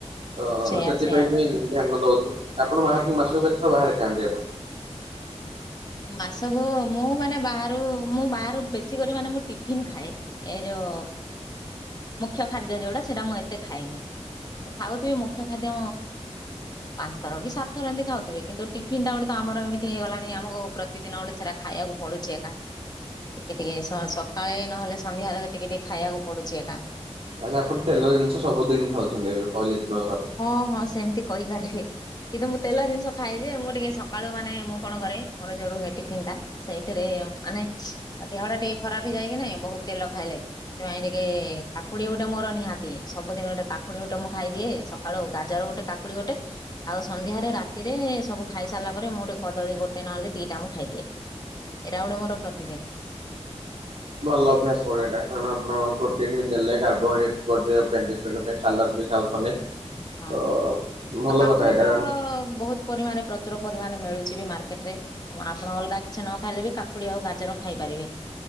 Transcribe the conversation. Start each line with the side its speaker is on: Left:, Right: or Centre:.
Right: ତ
Left: ସେଇୟା
Right: ସେଥିପାଇଁ
Left: ସେଇୟା।
Right: ବି ଧ୍ୟାନ ଦଉଛୁ ଆପଣ ବାହାରକୁ ମାସକୁ କେ ଥର ବାହାରେ ଖାଆନ୍ତି ଆପଣ?
Left: ମାସକୁ ମୁଁ ମାନେ ବାହାରୁ ମୁଁ ବାହାରୁ ବେଶୀ କରି ମାନେ ମୁଁ ଟିଫିନ ଖାଏ। ଏ ଯୋଉ ମୁଖ୍ୟ ଖାଦ୍ୟ ଯୋଉଡା ସେଟା ମୁଁ ଏତେ ଖାଏନି। ଖାଉଥିବି ମୁଖ୍ୟ ଖାଦ୍ୟ ପାଞ୍ଚ ଥର କି ସାତ ଥର ଏମିତି ଖାଉଥିବି। କିନ୍ତୁ ଟିଫନ୍ ଟା ଗୋଟେ ତ ଆମର ଏମିତି ହେଇଗଲାଣି, ଆମକୁ ପ୍ରତିଦିନ ଗୋଟେ ସେରା ଖାଇବାକୁ ପଡୁଛି ଏକା। ଟିକେ ଟିକେ ସ ସକାଳେ ନହେଲେ ସନ୍ଧ୍ୟାରେ ତ ଟିକେ ଟିକେ ଖାଇବାକୁ ପଡୁଛି ଏକା।
Right: ତାହେଲେ ଆପଣ ତେଲ ଜିନିଷ ସବୁଦିନି ଖାଉଚନ୍ତି, ଏବେ କହିଲେ ନ ସରେ।
Left: ହଁ ହଁ ସେମିତି କହିପାରିବେ। କିନ୍ତୁ ମୁଁ ତେଲ ଜିନିଷ ଖାଏ ଯେ, ମୁଁ ଟିକେ ସକାଳୁ ମାନେ ମୁଁ କଣ କରେ ମୋର ଯୋଉ ରୁହେ ଟିଫିନ ଟା। ସେଇଥିରେ ମାନେ ଆ ଦେହ ଟା ଟିକେ ଖରାପ ହେଇଯାଏକି ନାଇଁ ବହୁତ ତେଲ ଖାଇଲେ। ସେଥିପାଇଁ ଟିକେ କାକୁଡି ଗୋଟେ ମୋର ନିହାତି ସବୁଦିନ ଗୋଟେ କାକୁଡି ଗୋଟେ ମୁଁ ଖାଇଦିଏ ସ ସକାଳୁ ଗାଜର ଗୋଟେ କାକୁଡି ଗୋଟେ। ଆଉ ସନ୍ଧ୍ୟାରେ ରାତିରେ ସବୁ ଖାଇସାରିଲା ପରେ ମୁଁ ଗୋଟେ କଦଳୀ ଗୋଟେ ନହେଲେ ଦିଟା ମୁଁ ଖାଇଦିଏ। ଏଇଟା ଗୋଟେ ମୋର ପ୍ରତିଦିନ୍।
Right: ଭଲ ଅଭ୍ୟାସ ଗୋଟେ ଏଇଟା କାରଣ ଆପଣ ପ୍ରୋଟିନ୍ ବି ଦେଲେ କାର୍ବୋହାଇଡ୍ରେଟ୍ ବଡି <inaudible> ପାଇଁ ସାଲାଡ୍ ବି ଖାଉଛନ୍ତି।
Left: ହଁ
Right: ତ
Left: ଆଉ
Right: ଭଲ
Left: କାକୁଡ଼ି
Right: କଥା ଏଇଟା
Left: ତ
Right: କାରଣ
Left: ବହୁତ ପରିମାଣରେ ପ୍ରଚୁର ପରିମାଣରେ ମିଳୁଛି ବି ମାର୍କେଟ ରେ। ଆପଣ ଅଲଗା କିଛି ନ ଖାଇଲେ ବି କାକୁଡି ଆଉ ଗାଜର ଖାଇପାରିବେ।